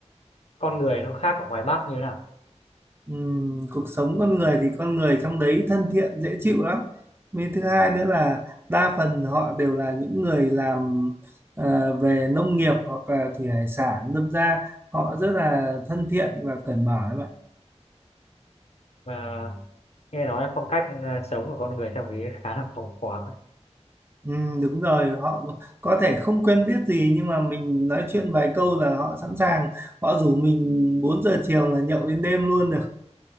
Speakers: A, on the left; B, on the right.
A: con người nó khác ở ngoài Bắc như thế nào
B: Ừm, cuộc sống con người thì con người trong đấy thân thiện dễ chịu lắm với thứ hai nữa là đa phần họ đều là những người làm ờ, về nông nghiệp hoặc là thủy hải sản đâm ra họ rất là thân thiện và cởi mở các bạn
A: và nghe nói là phong cách ờ, sống của con người trong ý khá là phóng khoáng ấy.
B: Ừm, đúng rồi họ có thể không quen biết gì nhưng mà mình nói chuyện vài câu là họ sẵn sàng họ rủ mình 4 giờ chiều là nhậu đến đêm luôn được